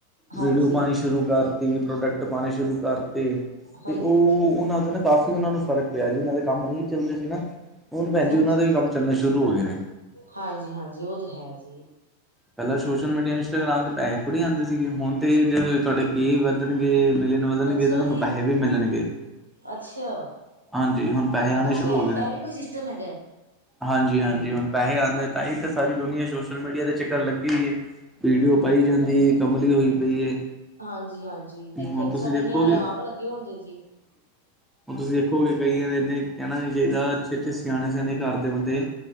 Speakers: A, on the right; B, in the centre.
A: ਹਾਂਜੀ,
B: ਵੀਡੀਓ ਪਾਉਣੀ, ਸ਼ੁਰੂ ਕਰਤੀ ਪ੍ਰੋਡਕਟ ਪਾਉਣੇ ਸ਼ੁਰੂ ਕਰਤੇ
A: ਹਾਂਜੀ-ਹਾਂਜੀ।
B: ਤੇ ਉਹ ਉਹਨਾਂ ਦੇ ਨਾ। ਕਾਫੀ ਉਹਨਾਂ ਨੂੰ ਫ਼ਰਕ ਪਿਆ ਜੀ, ਉਹਨਾਂ ਦੇ ਕੰਮ ਨਹੀਂ ਚੱਲਦੇ ਸੀ ਨਾ ਹੁਣ ਭੈਣ ਜੀ
A: ਹਾਂਜੀ,
B: ਉਹਨਾਂ ਦੇ ਵੀ ਕੰਮ ਚੱਲਣੇ ਸ਼ੁਰੂ ਹੋ ਗਏ ਨੇ,
A: ਹਾਂਜੀ, ਹਾਂਜੀ ਉਹ ਤਾਂ ਹੈ ਜੀ।
B: ਪਹਿਲਾਂ ਸੋਸ਼ਲ ਮੀਡੀਆ ਇੰਸਟਾਗ੍ਰਾਮ ਤੇ ਪੈਸੇ ਥੋੜ੍ਹੀ ਆਉਂ, ਸੀ ਗੇ ਹੁਣ ਤੇ ਤੁਹਾਡੇ ਕੇ ਵਧਣਗੇ ਮਿਲੀਅਨ ਵ, ਤੁਹਾਨੂੰ
A: ਅੱਛਾ ਜੀ,
B: ਪੈਸੇ ਵੀ ਮਿਲਣਗੇ।
A: ਅੱਛਾ।
B: ਹਾਂਜੀ ਹੁਣ ਪੈਸੇ ਆਣੇ
A: ਅੱਛਾ,
B: ਸ਼ੁਰੂ ਹੋ ਗਏ ਨੇ,
A: ਇਹ ਵੀ ਕੋਈ ਸਿਸਟਮ ਹੈਗਾ।
B: ਹਾਂਜ, ਹਾਂਜੀ ਹੁਣ ਪੈਸੇ ਆਉਂਦੇ ਤਾਂ ਹੀ ਤਾਂ ਸਾਰੀ ਦੁਨੀਆ ਸੋਸ਼ਲ ਮੀਡੀਆ ਦੇ ਚੱਕਰ ਲੱਗੇ ਹੀ ਹੈ। ਵੀਡੀਓ ਪਾਈ ਜਾਂਦੀ ਹੈ, ਕੰਮਲੀ ਹੋਈ ਪਈ।
A: ਹਾਂਜੀ-ਹਾਂਜੀ ਦੇਖਿਆ
B: ਹੁਣ
A: ਜੀ,
B: ਤੁਸੀਂ
A: ਸਾਡੇ
B: ਦੇਖੋਗੇ
A: ਨਿਆਣੇ ਆਪ ਲੱਗੇ ਹੁੰਦੇ ਜੀ।
B: <unintelligible> ਹੁਣ ਤੁਸੀਂ ਦੇਖੋਗੇ, ਕਈ ਇਨੇ ਕਹਿਣਾ ਨੀ ਚਾਹੀਦਾ ਅੱਛੇ-ਅੱਛੇ ਸਿਆਣੇ-ਸਿਆਣੇ ਘਰ ਦੇ ਬੰਦੇ